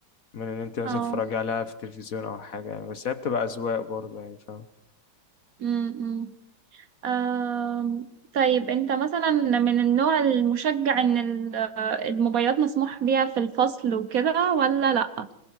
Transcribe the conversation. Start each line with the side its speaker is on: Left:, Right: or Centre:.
Left: من إن أنت بس
Right: اه
Left: تتفرجي عليها في التلفزيون أو حاجة يعني بس هي بتبقى أذواق برضه يعني فاهمة
Right: امم آه طيب انت مثلا من النوع المشجع ان ال- آه، الموبايلات مسموح بيها في الفصل وكده ولا لا